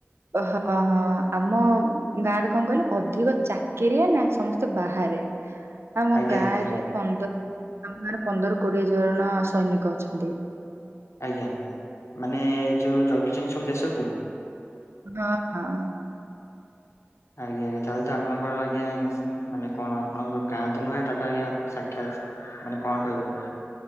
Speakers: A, on the right; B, on the left.
A: ଓହୋ ଅହଁ ଆମ ଗାଁରେ କଁ କହିଲ ଅଧିକ ଚାକିରିଆ ନା ସମସ୍ ତ ବାହାରେ ଆମ
B: ଆଜ୍ଞା
A: ଗାଁରେ
B: ଆଜ୍ଞା
A: ପନ୍ଦର ଆମ ଗାଁରେ ପନ୍ଦର କୋଡିଏ ଜଣ ସୈନିକ ଅଛନ୍ତି।
B: ଆଜ୍ଞା ମାନେ ଯୋଉ ଜଗିଛନ୍ତି ସବୁ ଦେଶକୁ?
A: ହଁ ହଁ।
B: ଆଜ୍ଞା ଆଜ୍ଞା ତାହେଲେ ତ ଆପଣଙ୍କର ଆଜ୍ଞା ମାନେ କଣ ଆପଣଙ୍କ ଗାଁ ତ ନୁହେଁ ଏଟା ତ ଆଜ୍ଞା ସାକ୍ଷାତ ମାନେ କଣ କହିବେ?